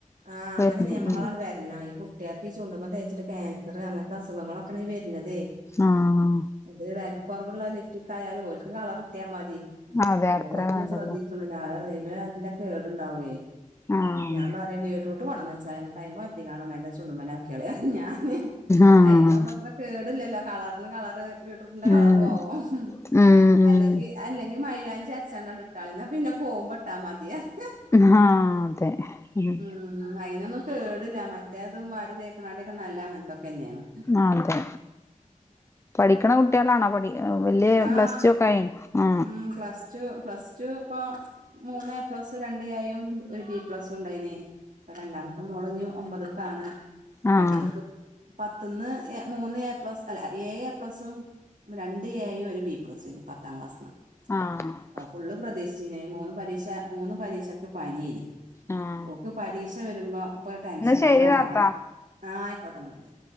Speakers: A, on the right; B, on the left.
A: ആഹ് അങ്ങനെ
B: വരുന്നു
A: നിയമങ്ങളണ്ട്
B: ഉം
A: വരണം ഈ കുട്ട്യാക് ക്കി ചുണ്ടുമ്മ തേച്ചിട്ട് ക്യാൻസർ അങൻത്തെ അുഖങ്ങളൊക്കെണീ വര്ന്നതെയ്
B: ആഹ്
A: ഇത് വെൽകൊറവ്ള്ള ലിഫ്റ്റിക ആയാലും ഓല്ക്ക് കളർ കിട്ടിയാ മതി
B: അതെ അത്ര
A: ഓര് അതൊന്നും
B: വേണ്ടല്ലോ
A: ശ്രദ്ധി ക്കൊന്നുല്ല അയിമ്മെ നല്ല കേട്ണ്ടാവേ
B: ആഹ്
A: ഞാൻ പറ ബീട്റൂട്ട് കൊണ്ടന്നച്ചാളി. നട്ടയമേ ഒരതിക്കാണ്ട് മെല്ല ചുണ്ടുമലാക്കിയളി ന്നറിയും ഞാന്.
B: ആഹ്
A: അയിനാകുമ്പോ അത്ര കേട്ല്ലല്ലോ. കളറിന് കളറ്. വീറ്റ്റൂട്ടിന്റെ
B: ഉം
A: കളറും ആവും,
B: ഉം ഉം
A: അല്ലെങ്കി അല്ലെങ്കിൽ മൈലാഞ്ചി അര് ച്ചാണ്ടണ്ട്ട്ടാളി. ന്നാ പിന്നെ പോവുമ്പോ ട്ടാ മതിയർഞ്.
B: ഉം ഹാഹ് അതെ ഉം
A: ഉ അതിനൊന്നും കേടില്ല മറ്റേതും വാരി തേക്കണാട്ട്യൊക്കെ നല്ല അങ്ങൻത്തൊക്കെന്നേണ്.
B: ആ അതെ. പഠിക്കണ കുട്ട്യാളാണോ.. പഠി വല്യേ
A: ആഹ്
B: പ്ലസ് ടു ഒക്കെ ആയി ആ
A: ഉം പ്ലസ് പ്ലസ് ടു പ്പം മുന്ന് എ പ്ലസ് രണ്ട് എ യും ഒരു ബി പ്ലസുണ്ടായിനി. പ്പ രണ്ടാമത്തെ മോള്ന്നി ഒമ്പത്ക്കാണ്
B: ആഹ്
A: മറ്റൊൾക്ക്. പത്ത്ന്ന് മൂന്ന് എ പ്ലസ് അല്ല എ ഏഴ് എ പ്ലസും. രണ്ട് എയും ഒരു ബി പ്ലസ് ഏനീ. പത്താം ക്ലാസ്ന്ന്.
B: ആഹ് -
A: അത് ഫുള്ള്. പ്രതീഷിച്ചീനി. മൂന്ന് പരീക്ഷ മൂന്ന് പരീക്ഷക്ക് പന്യേനി.
B: ആഹ്
A: ഓക്ക് പരീ പ വരുമ്പോ അപ്പൊ ഒരു ടെൻഷന
B: എന്നാ ശരി
A: കൊണ്ടാണാവളോ
B: താത്ത
A: ആ ആയിക്കോട്ടന്ന.